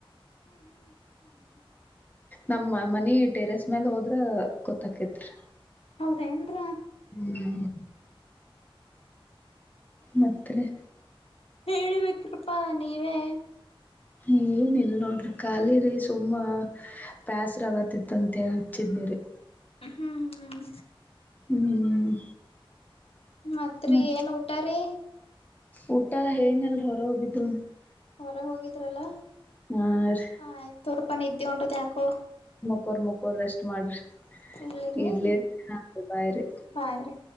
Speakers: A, on the left; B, on the left.
A: ಹ್ಮ್ ಹ್ಮ್ ಹ್ಮ್.
B: ನಮ್ಮ ಮನೆ ಟೆರೆಸ್ ಮ್ಯಾಲ ಹೋದ್ರ ಗೊತ್ತಕತ್ರಿ
A: ಹೌದೆನ್ರ
B: ಹ್ಮ್ ಮತ್ತೆ ರಿ
A: ಹೇಳಬೇಕ್ರಪ್ಪಾ ನೀವೇ
B: ಏನ ಇಲ್ ನೋಡ್ರಿ ಖಾಲಿರಿ ಸುಮ್ಮ ಬ್ಯಾಸ್ರಾಗತಿತ್ತಂತೆ ಹಚ್ಚಿದೆರಿ
A: ಹ್ಮ್ ಹ್ಮ್.
B: ಹ್ಮ್.
A: ಮತ್ರಿ
B: ಮತ್
A: ಏನ್ ಊಟಾರಿ
B: ಊಟ ಏನಿಲ್ ಹೊರ ಹೋಗಿದ್ದು
A: ಹೊರ ಹೋಗಿದ್ರಲ್ಲ
B: ಹಾ ರೀ
A: ಆ ಆಯ್ತು ತುರ್ಪನ ನಿದ್ದು ಹೊಂಟುದ ಯಾಕೋ
B: ಮಕೋರ್ ಮಕೋರ್ ರೆಷ್ಟ್ ಮಾಡ್ರಿ
A: ಇಡ್ಲಿರಿ
B: ಇಡ್ಲಿ ನಾ ಬಾಯ್ ರೀ
A: ಬಾಯ್ ರೀ.